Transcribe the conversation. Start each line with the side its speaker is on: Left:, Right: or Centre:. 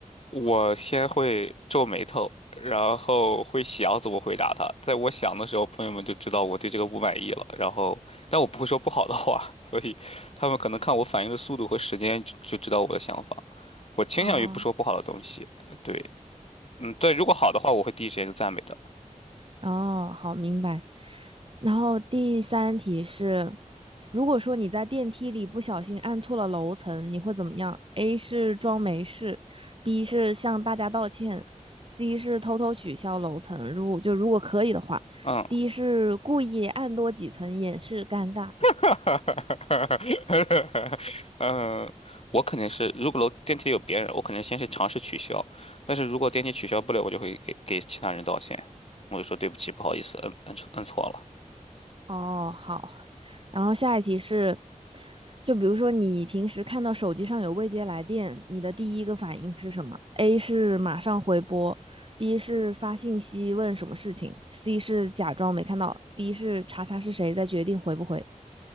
Left: 我先会皱眉头，然后会想怎么回答他。在我想的时候，朋友们就知道我对这个不满意了。然后，但我不会说不好的话，<laughs> 所以他们可能看我反应的速度和时间就，就知道我的想法。我倾向于不说不好的东西，
Right: 啊、
Left: 对，嗯，对，如果好的话，我会第一时间就赞美的。
Right: 哦，好，明白。然后第三题是，如果说你在电梯里不小心按错了楼层，你会怎么样？A 是装没事，B 是向大家道歉，C 是偷偷取消楼层，如就如果可以的话，D
Left: 嗯。
Right: 是故意按多几层掩饰尴尬。
Left: <laughs> 哈，哈，哈，哈，哈，哈，嗯，我肯定是，如果楼电梯里有别人，我肯定先是尝试取消。但是如果电梯取消不了，我就会给给其他人道歉，我就说对不起，不好意思，摁摁错摁错了。
Right: 哦，好。然后下一题是，就比如说你平时看到手机上有未接来电，你的第一个反应是什么？A 是马上回拨，B 是发信息问什么事情，C 是假装没看到，D 是查查是谁再决定回不回。